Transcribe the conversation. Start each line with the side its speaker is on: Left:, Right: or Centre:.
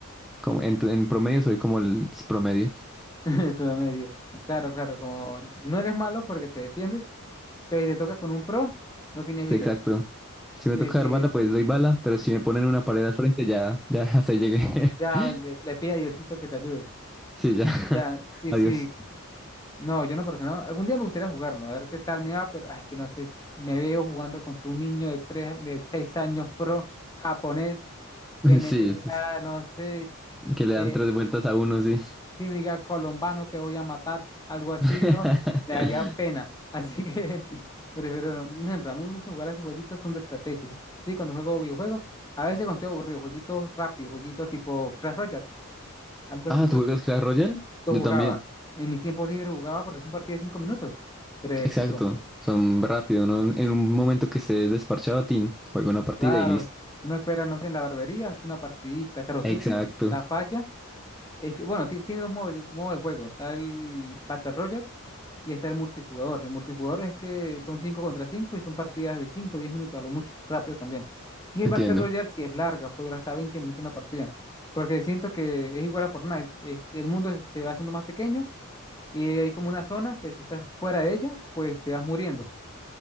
Centre: como en, en promedio soy como el promedio.
Left: <laughs> pero medio Claro, claro, como no eres malo porque te defiendes, pero si te tocas con un pro, no tienes
Centre: Sí,
Left: vida.
Centre: exacto. Si me
Left: Sí,
Centre: toca
Left: sí,
Centre: dar bala, pues doy bala, pero si me ponen una pared al frente, ya, ya <laughs> hasta ahí llegué.
Left: ya
Centre: <laughs>
Left: le, le pide a Diosito que te ayude.
Centre: Sí, ya. <laughs>
Left: Ya, sí,
Centre: Adiós.
Left: sí, No, yo no personal. Algún día me gustaría jugarlo, a ver qué tal me va, pero ay, es que no sé, me veo jugando contra un niño de tres, de seis años pro japonés que me
Centre: Sí,
Left: diga,
Centre: eso es-
Left: no sé,
Centre: que le
Left: eh,
Centre: dan tres vueltas a uno, sí.
Left: si me diga colombano te voy a matar, algo así,
Centre: <laughs>
Left: ¿no? Me daría pena. Así que <laughs> prefiero no. Un ejemplo, a mí me gusta jugar a esos jueguitos son de estrategia. Sí, cuando juego videojuegos, a veces cuando estoy aburrido, jueguitos rápidos, jueguitos tipo Crash Royale, algo así.
Centre: Ah, ¿tú juegas Clash Royale?
Left: Lo
Centre: Yo
Left: jugaba.
Centre: también.
Left: En mi tiempo libre jugaba porque es un partido de cinco minutos. Brevecito.
Centre: Exacto. Son rápido, ¿no? En un momento que estés desparchado, tin, juega una partida
Left: Claro,
Centre: y listo.
Left: uno espera, no sé, en la barbería, es una partidita. Caro Tutti,
Centre: Exacto.
Left: la falla. Es que, bueno, ti- tiene dos modos, modos de juego. Está el Battle Royale y está el multijugador. El multijugador es que son cinco contra cinco y son partidas de cinco, diez minutos a lo mucho, rápido también. Y el
Centre: Entiendo.
Left: Battle Royale si es larga, puede durar hasta 20 minutos una partida. Porque siento que es igual a Fortnite. es que el mundo se va haciendo más pequeño y hay como una zona que si estás fuera de ella, pues te vas muriendo.